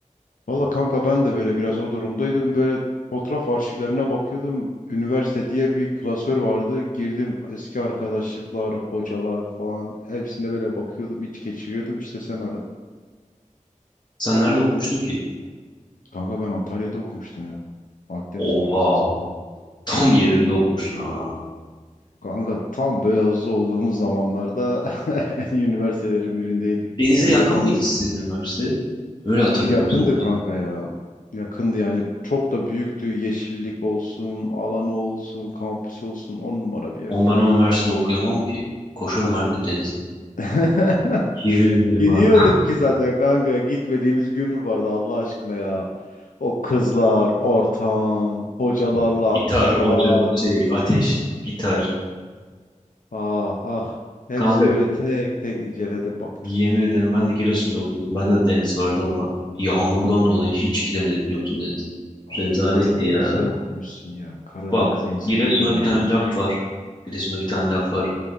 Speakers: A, on the left; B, on the left.
A: Valla kanka ben de böyle biraz o durumdaydım. Böyle fotoğraf arşivlerine bakıyordum. Üniversite diye bir klasör vardı. Girdim eski arkadaşlıklar, hocalar falan. Hepsine böyle bakıyordum iç geçiriyordum. İşte sen aradın.
B: Sen nerede okumuştun ki?
A: Kanka ben Antalya'da okumuştum ya. Akdeniz
B: Oha.
A: Üniversitesi'nde.
B: Tam
A: Ha,
B: yerinde
A: vallahi.
B: okumuşsun ha.
A: Kanka tam böyle hızlı olduğumuz zamanlarda <laughs> en iyi üniversitelerin birindeydik.
B: Denize
A: Yani
B: yakın
A: onunla
B: mıydı sizin üniversite? Öyle hatırlıyorum
A: yakındı
B: sanki.
A: kanka ya. Yakındı yani çok da büyüktü. Yeşillik olsun, alanı olsun, kampüs olsun on numara bir yerdi
B: Ama
A: inan.
B: ben o üniversitede okuyamam ki. Koşarım her gün denize.
A: <laughs>
B: Yemin ederim
A: Gidiyorduk
B: ha.
A: ki zaten kanka gitmediğimiz gün mü vardı Allah aşkına ya. O kızlar, ortam, hocalarla
B: <laughs> Gitar,
A: atışmalar.
B: oca, şey, ateş, gitar.
A: Ah ah hepsini
B: Kanka
A: böyle tek tek inceledim baktım.
B: Yemin ederim ben de Giresun'da okudum. ben de deniz vardı ama yağmurdan dolayı hiç gidemedik biliyor musun deniz?
A: Abi
B: Rezaletti
A: Karadeniz'de
B: ya.
A: okumuşsun ya. Karadeniz'e
B: Bak
A: insan
B: Giresun'da
A: gider mi
B: bir tane
A: Allah aşkına?
B: laf var. Giresun'da bir tane laf var.